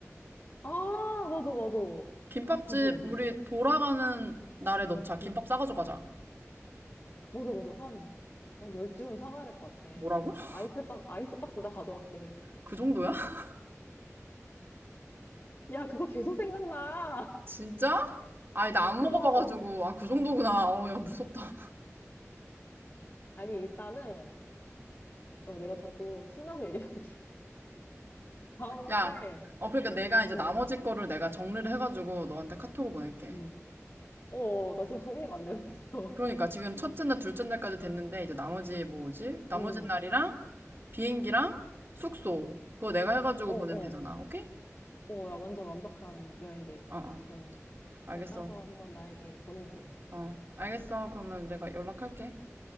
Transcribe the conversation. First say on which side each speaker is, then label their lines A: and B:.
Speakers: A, on the left (about 50°); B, on the right (about 45°).
A: 아, 맞아, 맞아.
B: 김밥집
A: 거기 어디지?
B: 우리 돌아가는 날에 넣자 김밥
A: 응,
B: 싸가지고 가자
A: 맞아, 맞아. 한, 한 열 줄은 사가야 될 것 같아.
B: 뭐라고? <laughs>
A: 아이스박, 아이스박스 나 가져갈게. <laughs>
B: 그 정도야? <laughs>
A: 야, 그거 계속 생각나.
B: 진짜? 아니 나 안
A: <laughs> 그거.
B: 먹어봐가지고 아 그 정도구나 어우 야 무섭다
A: 아니, 일단은, 어, 내가 자꾸 신나서 얘기하는데. 다음날에,
B: 야 어 그러니까 내가 이제
A: 어,
B: 나머지 거를 내가 정리를 해가지고 너한테 카톡을 보낼게
A: 음. 어, 나 지금 정리가 안 되고 있어.
B: 그러니까 지금 첫째 날, 둘째 날까지 됐는데 이제 나머지 뭐 뭐지?
A: <laughs>
B: 나머지
A: 음.
B: 날이랑 비행기랑 숙소 그거 내가 해가지고
A: 어,
B: 보내면
A: 어.
B: 되잖아. 오케이?
A: 어, 야, 완전 완벽한 여행 계획이야.
B: 어, 어.
A: 그럼
B: 알겠어.
A: 잘 짜서 한번 나에게 보내줘.
B: 어, 알겠어. 그러면 내가 연락할게.